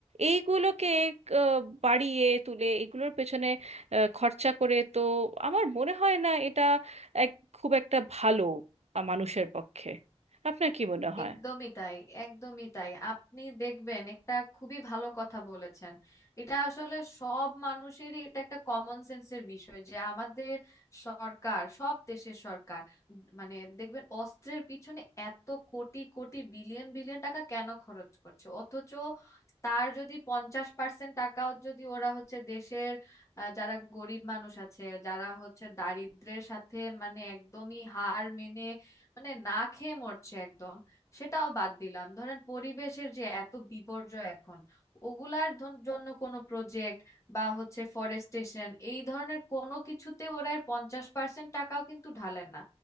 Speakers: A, on the right (about 75°); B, on the left (about 25°).
A: এইগুলোকে আহ, বাড়িয়ে তুলে এগুলোর পেছনে আহ, খরচা করে তো আমার মনে হয় না এটা এক খুব একটা ভালো আহ, মানুষের পক্ষে আপনার কি মনে হয়
B: একদমই তাই একদমই তাই আপনি দেখবেন একটা খুবই ভালো কথা বলেছেন এটা আসলে সব মানুষেরই এটা একটা কমন সেন্সের বিষয় যে আমাদের সরকার সব দেশের সরকার উম, মানে দেখবেন অস্ত্রের পিছনে এত কোটি কোটি বিলিয়ন বিলিয়ন টাকা কেন খরচ করছে অথচ তার যদি পঞ্চাশ পার্সেন্ট টাকাও যদি ওরা হচ্ছে দেশের আহ, যারা গরিব মানুষ আছে যারা হচ্ছে দারিদ্র্যের সাথে মানে একদমই হার মেনে মানে না খেয়ে মরছে একদম সেটাও বাদ দিলাম ধরেন পরিবেশের যে এত বিপর্যয় এখন ওগুলার ধন- জন্য কোনো প্রজেক্ট বা হচ্ছে ফরেস্টেশন এই ধরনের কোনো কিছুতে ওরা এর পঞ্চাশ পার্সেন্ট টাকাও কিন্তু ঢালে না